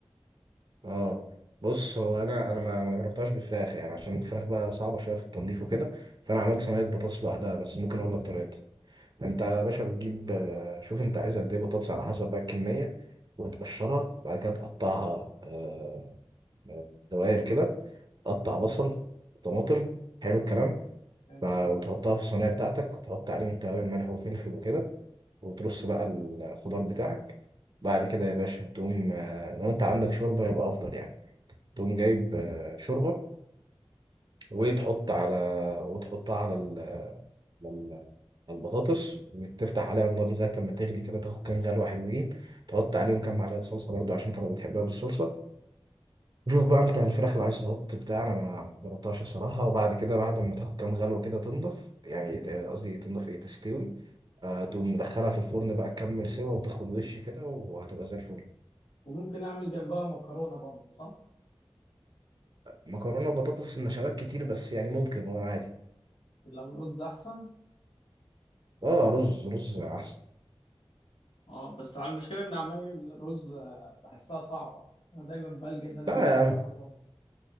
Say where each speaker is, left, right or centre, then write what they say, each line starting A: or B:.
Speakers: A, on the right; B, on the left.
A: اه بص هو انا انا ما ما جربتهاش بفراخ يعني عشان الفراخ بقى صعبه شويه في التنظيف وكده فانا عملت
B: تمام
A: صينيه بطاطس لوحدها بس ممكن اقول لك طريقتها انت يا باشا بتجيب آه، شوف انت عايز قد ايه بطاطس على حسب بقى الكميه وتقشرها بعد كده تقطعها آه، آه، دوائر كده تقطع بصل وطماطم حلو الكلام
B: حلو.
A: ف- وتحطها في الصينيه بتاعتك وتحط عليهم توابل ملح وفلفل وكده وترص بقى الخضار بتاعك بعد كده يا باشا تقوم آه، لو انت عندك شوربه يبقى افضل يعني تقوم جايب آه، شوربه وتحط على وتحطها على ال- لل- على البطاطس وتفتح عليها النار لغايه ما تغلي كده تاخد كام غلوه حلوين تحط عليهم كام معلقه صلصه برضو عشان انت لو بتحبها بالصلصه وشوف بقى انت الفراخ اللي عايز تحط بتاع انا ما جربتهاش الصراحه وبعد كده بعد ما تاخد كام غلوه كده تنضف يعني آه، قصدي تنضف ايه تستوي آه، تقوم مدخلها في الفرن بقى تكمل سوا وتاخد وش كده وهتبقى زي الفل
B: وممكن اعمل جنبها مكرونه برضه صح
A: مكرونه وبطاطس النشويات كتير بس يعني ممكن وعادي
B: لو رز احسن
A: اه رز رز احسن
B: اه بس على المشكله ان عمايل الرز آه، بحسها صعبه انا دايما بلجأ ان انا
A: لا
B: اجيب من
A: يا عم
B: بره الرز